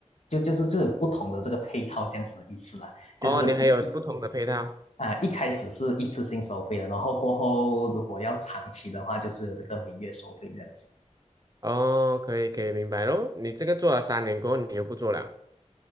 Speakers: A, on the left (about 65°); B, on the right (about 30°).
A: 就就是这种不同的这个配套这样子的意思啦，就是一一
B: 哦，你还有不同的配套。
A: 啊一开始是一次性收费的，然后过后如果要长期的话，就是有这个每月收费这样子。
B: 哦，可以可以，明白咯。你这个做了三年过后，你又不做了